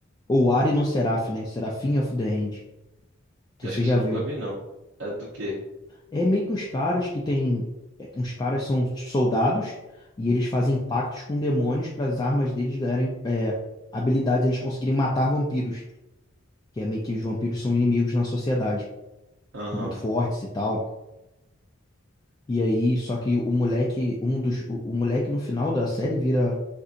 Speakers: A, on the left; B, on the right.
A: Owari no Seraph, né? Seraphim of the End. Não sei
B: Eu
A: se
B: acho
A: Vocês
B: que isso
A: já
B: eu
A: viram.
B: nunca vi, não. É do quê?
A: É meio que uns caras que tem é, uns caras são soldados e eles fazem pactos com demônios para as armas deles ganharem é, habilidades, eles conseguirem matar vampiros. que é meio que os vampiros são inimigos na sociedade,
B: Aham.
A: muito fortes e tal. E aí, só que o moleque, um dos, o, o moleque no final da série vira